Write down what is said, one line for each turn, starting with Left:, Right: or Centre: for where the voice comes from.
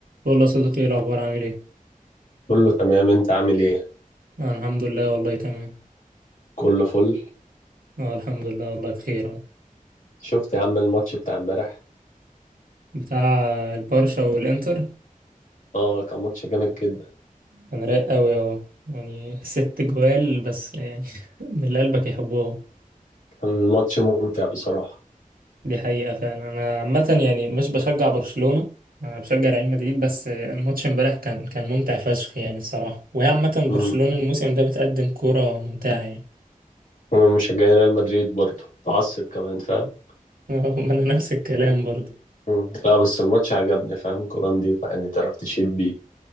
Right: والله صديقي ايه الاخبار عامل ايه
Left: كله تمام انت عامل ايه
Right: آه الحمد لله والله تمام
Left: كله فل
Right: اه الحمد لله والله بخير اهو
Left: شفت يا عم الماتش بتاع امبارح
Right: بتاع البرشا والانتر
Left: اه كان ماتش جامد جدا
Right: كان رايق قوي اهو يعني ست جوال بس يعني <laughs> من اللي قلبك يحبهم
Left: كان ماتش ممتع بصراحة
Right: دي حقيقة فعلا انا عامة يعني مش بشجع برشلونة انا بشجع ريال مدريد بس الماتش امبارح كان كان ممتع فشخ يعني الصراحة وهي عامة
Left: امم
Right: برشلونة الموسم ده بتقدم كرة ممتعة يعني
Left: انا مشجعين ريال مدريد برضه متعصب كمان فاهم
Right: <laughs> ما انا نفس الكلام برضه
Left: مم. لا بس الماتش عجبني فاهم كورة نضيفة يعني تعرف تشيد بيه